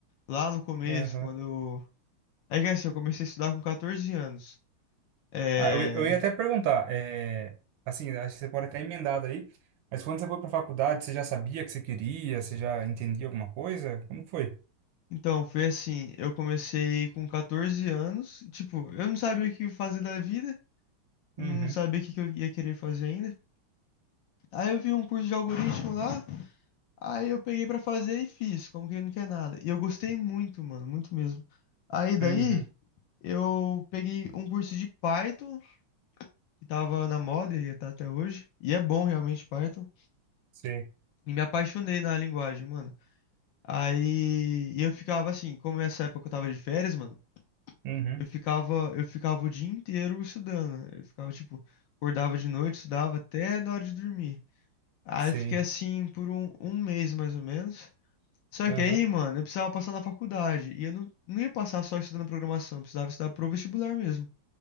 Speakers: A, on the left (about 70°); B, on the right (about 75°).
A: Lá no começo,
B: Aham.
A: quando eu. É que assim, eu comecei a estudar com 14 anos. É.
B: Ah, eu, eu ia até perguntar, é, assim, acho que você pode até emendar aí, mas quando você foi para faculdade, você já sabia que você queria? Você já entendia alguma coisa? Como que foi?
A: Então, foi assim, eu comecei com 14 anos, tipo, eu não sabia o que fazer da vida, não
B: Uhum,
A: sabia o que que eu ia querer fazer ainda. Aí eu vi um curso de algoritmo lá, Aí eu peguei pra fazer e fiz, como quem não quer nada. E eu gostei muito, mano, muito mesmo. Aí daí
B: uhum,
A: eu peguei um curso de Python, que tava na moda e tá até hoje. E é bom realmente Python.
B: sei,
A: E me apaixonei na linguagem, mano. Aí e eu ficava assim, como nessa época eu tava de férias, mano,
B: uhum,
A: eu ficava, eu ficava o dia inteiro estudando. Eu ficava, tipo, acordava de noite, estudava até na hora de dormir. Aí
B: sei,
A: eu fiquei assim por um, um mês mais ou menos. Só
B: aham,
A: que aí, mano, eu precisava passar na faculdade. E eu não, não ia passar só estudando programação, eu precisava estudar pro vestibular mesmo.